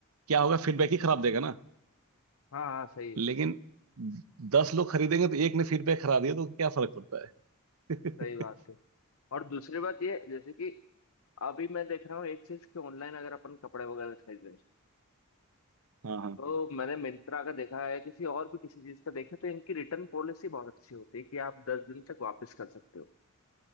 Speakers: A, on the right; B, on the left.
A: क्या होगा फीडबैक ही खराब देगा ना
B: हाँ हाँ सही है,
A: लेकिन दस लोग खरीदेंगे तो एक ने फीडबैक खराब दिया तो क्या फर्क पड़ता है
B: सही बात
A: <laughs>
B: है और दूसरी बात ये है, जैसे कि अभी मैं देख रहा हूँ एक चीज कि ऑनलाइन अगर अपन कपड़े वगैरह खरीद रहे हैं
A: हाँ हाँ
B: तो मैंने मिंत्रा का देखा है किसी और भी किसी चीज का देखा तो इनकी रिटर्न पॉलिसी बहुत अच्छी होती है कि आप दस दिन तक वापस कर सकते हो